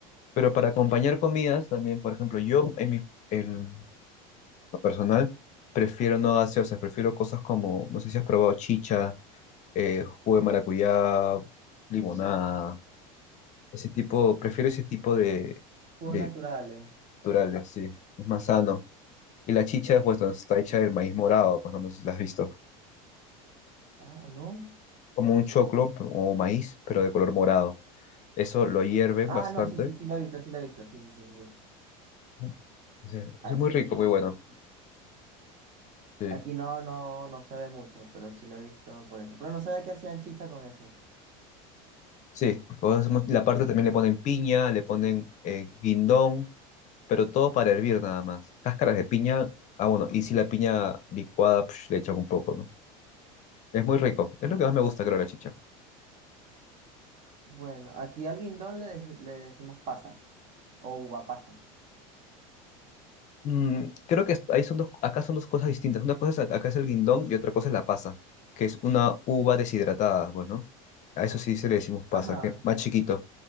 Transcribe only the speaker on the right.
Jugos
naturales.
Sí.
Ah, no.
Ah,
no, sí, sí, sí la he visto, sí la he visto. Sí, sí, sí, sí. sí.
Aquí,
aquí no, no, no se ve mucho, pero sí lo he visto por eso. Pero no sabía que hacían chicha con eso.
Oh,
Bueno, aquí al guindón le, deji- le decimos pasa o uva pasa.
Ajá.